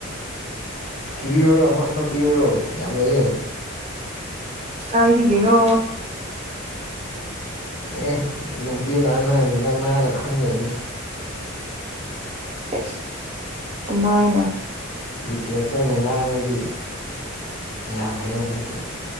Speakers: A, on the left; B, on the right.
A: ꯊꯤꯕꯤꯌꯨꯔꯣ ꯑꯃ ꯑꯃ ꯄꯤꯌꯨꯔꯣ ꯌꯥꯝ ꯂꯩꯌꯦ
B: ꯀꯥꯏꯗꯒꯤꯔꯣ
A: ꯑꯦ ꯑꯗꯨꯝ ꯄꯤꯔꯒꯥꯟꯅ ꯉꯥꯡꯅꯔꯒ ꯈꯪꯗꯣꯏꯅꯦ
B: ꯁꯦꯁ ꯀꯃꯥꯏꯅ
A: ꯗꯤꯇꯦꯜꯁꯇ ꯑꯣꯏꯅ ꯉꯥꯡꯉꯗꯤ ꯌꯥꯗ꯭ꯔꯦꯕ ꯑꯗꯨꯒꯤ